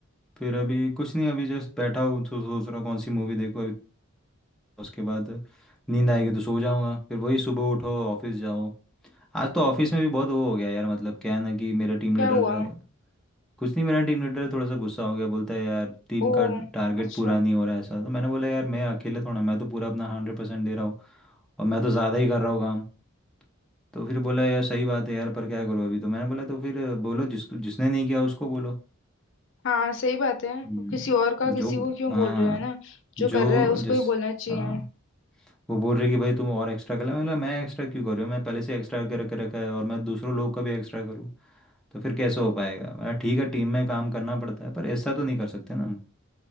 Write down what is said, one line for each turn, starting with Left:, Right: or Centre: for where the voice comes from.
Centre: फिर अभी कुछ नहीं अभी जस्ट बैठा हूँ तो सोच रहा हूँ कौन सी मूवी देखो अभी उसके बाद नींद आएगी तो सो जाऊँगा फिर वही सुबह उठो ऑफिस जाओ आज तो ऑफिस में भी बहुत वो हो गया यार मतलब क्या है ना कि मेरा टीम
Left: क्या
Centre: लीडर
Left: हुआ
Centre: कुछ नहीं मेरा टीम लीडर थोड़ा सा गुस्सा हो गया बोलता है यार टीम
Left: ओ
Centre: का टारगेट
Left: अच्छा
Centre: पूरा नहीं हो रहा है ऐसा तो मैंने बोला यार मैं अकेले थोड़ा मैं तो पूरा अपना हंड्रेड परसेंट दे रहा हूँ और मैं तो ज़्यादा ही कर रहा हूँ काम तो फिर बोला यार सही बात है यार पर क्या करूँ अभी तो मैंने बोला तो फिर बोलो जिस जिसने नहीं किया उसको बोलो
Left: हाँ सही बात है
Centre: हम्म,
Left: किसी और का किसी
Centre: जो
Left: को क्यों
Centre: हाँ
Left: बोल रहे हो है ना जो
Centre: जो
Left: कर रहा है उसको
Centre: जिस
Left: ही बोलना चाहिए
Centre: हाँ वो बोल रहे कि भाई तुम और एक्स्ट्रा कर ले मैं बोला मैं एक्स्ट्रा क्यों कर रही हूँ मैं पहले से एक्स्ट्रा कर कर रखा है और मैं दूसरों लोग का भी एक्स्ट्रा करूँ तो फिर कैसे हो पाएगा मैं ठीक है टीम में काम करना पड़ता है पर ऐसा तो नहीं कर सकते ना हम